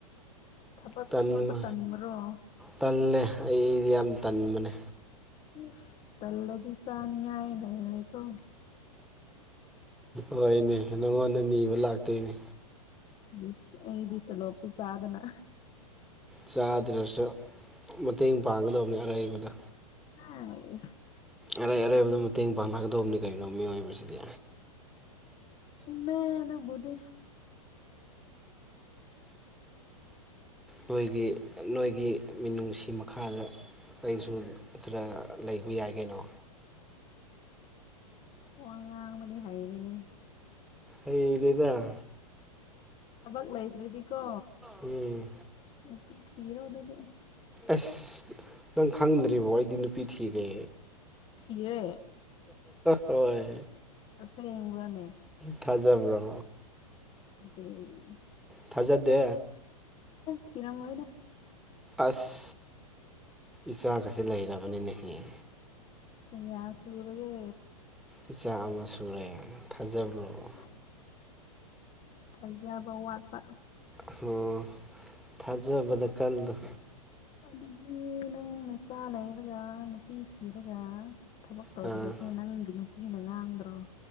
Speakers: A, on the left; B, in the centre.
A: ꯊꯕꯛ
B: ꯇꯟꯃ
A: ꯁꯨꯕ ꯇꯟꯕ꯭ꯔꯣ
B: ꯇꯜꯂꯦ ꯑꯩꯗꯤ ꯌꯥꯝ ꯇꯟꯕꯅꯦ
A: ꯏꯁ ꯇꯜꯂꯗꯤ ꯆꯥꯅꯤꯉꯥꯏ ꯂꯩ ꯔꯣꯏꯀꯣ
B: ꯍꯣꯏꯅꯦ ꯅꯪꯉꯣꯟꯗ ꯅꯤꯕ ꯂꯥꯛꯇꯣꯏꯅꯦ
A: ꯗꯤꯁ ꯑꯩꯗꯤ ꯇ‌ꯣꯂ‌ꯣꯞ ꯁꯨ ꯆꯥꯗꯅ
B: ꯆꯥꯗ꯭ꯔꯁꯨ ꯃꯇꯦꯡ ꯄꯥꯡꯒꯗꯧꯕꯅ‌ꯦ ꯑꯔꯩꯕꯗ‌
A: ꯑꯥꯏꯁ
B: ꯑꯔꯩ ꯑꯔꯩꯕꯗ ꯃꯇꯦꯡ ꯄꯥꯡꯅꯒꯗꯧꯕꯅ‌ꯦ ꯀꯅꯣ ꯃꯤꯑꯣꯏꯕꯁꯤꯗꯤ
A: ꯆꯨꯝꯃꯦ ꯑꯗꯨꯕꯨꯗꯤ
B: ꯅꯣꯏꯒꯤ ꯅꯣꯏꯒꯤ ꯃꯤꯅꯨꯡꯁꯤ ꯃꯈꯥꯗ ꯑꯩꯁꯨ ꯈꯔ ꯂꯩꯕ ꯌꯥꯏ ꯀꯩꯅꯣ
A: ꯋꯥ ꯉꯥꯡꯕꯗꯤ ꯍꯩꯔꯦꯅꯦ
B: <inaudible> ꯍꯩꯗꯤꯗ
A: ꯊꯕꯛ ꯂꯩꯇ꯭ꯔꯗꯤꯀꯣ
B: ꯎꯝ
A: ꯅꯨꯄꯤ ꯊꯤꯔꯣ ꯑꯗꯨꯗꯤ
B: ꯑꯁ ꯅꯪ ꯈꯪꯗ꯭ꯔꯤꯕꯣ ꯑꯩꯗꯤ ꯅꯨꯄꯤ ꯊꯤꯔꯦ
A: ꯊꯤꯔ‌ꯦ
B: ꯍꯣꯏ
A: ꯑꯁꯦꯡꯕ꯭ꯔꯅꯦ
B: ꯊꯖꯕ꯭ꯔꯣ
A: ꯊꯖꯗ‌ꯦ
B: ꯊꯖꯗꯦ
A: ꯊꯤꯔꯝꯃꯣꯏꯗ
B: ꯑꯁ ꯏꯆꯥꯒꯖ‌ꯦ ꯂꯩꯔꯕꯅꯤꯅꯦ ꯍ‌ꯦ
A: ꯀꯌꯥ ꯁꯨꯔꯒꯦ
B: ꯏꯆꯥꯥ ꯑꯃꯥ ꯁꯨꯔꯦ ꯊꯥꯖꯕ꯭ꯔꯣ
A: <unintelligible> ꯊꯥꯖꯕ ꯋꯥꯠꯄ
B: ꯑꯣ ꯊꯥꯖꯕꯗ ꯀꯜꯂ‌ꯣ
A: ꯑꯗꯨꯗꯤ ꯅꯪ ꯅꯆꯥ ꯂꯩꯔꯒ ꯅꯨꯄꯤ ꯊꯤꯔꯒ ꯊꯕꯛ ꯇꯧꯗꯕꯁꯦ
B: ꯑꯥ
A: ꯅꯪꯒꯤ ꯅꯨꯄꯤꯅ ꯉꯥꯡꯗ꯭ꯔꯣ